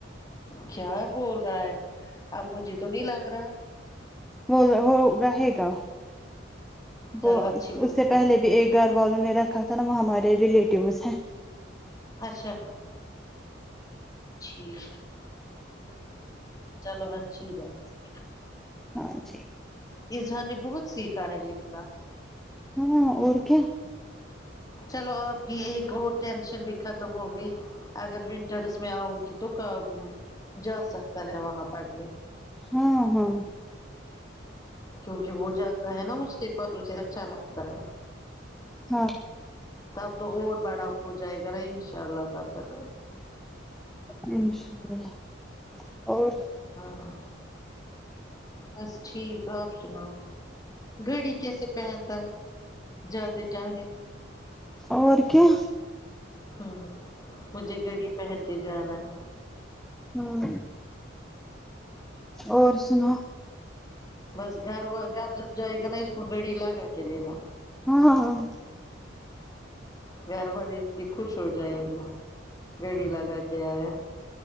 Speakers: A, on the left; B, in the centre.
A: کیا بول رہا ہے اب مجھے تو نہیں لگ رہا
B: وہ وہ رہے گا وہ
A: چلو اچھی بات
B: اس سے
A: ہے
B: پہلے
A: پھر۔
B: بھی ایک گھر والوں نے رکھا تھا نا وہ ہمارے ریلیٹیوس ہیں
A: اچھا ٹھیک چلو اچھی بات ہے
B: ہاں جی
A: اظہ نے بہت سیکھا ہے لکھنا
B: ہاں اور کیا
A: چلو آپ کی ایک اور ٹینشن بھی ختم ہو گئی اگر ونٹرس میں آؤگی تو کب جا سکتا ہے وہاں پڑھنے
B: ہوں ہوں
A: کیونکہ وہ جاتا ہے نا اس کے پر اسے اچھا لگتا ہے
B: ہاں
A: تب تو اور بڑا ہو جائے گا نا ان شاء اللہ تب تک
B: انشاء اللہ اور
A: ہاں بس ٹھیک آپ سناؤ گھڑی کیسے پہنتا ہے جاتے ٹا ریو
B: اور کیا
A: ہوں مجھے گھڑی پہن کے جانا ہے
B: ہوں اور سناؤ
A: بس گھر گھر جب جائے گا نا اس میں گڑی لگا کے لینا
B: ہاں ہاں
A: گھر والے اس کے خوش ہو جائیں گے گڑی لگا کے آیا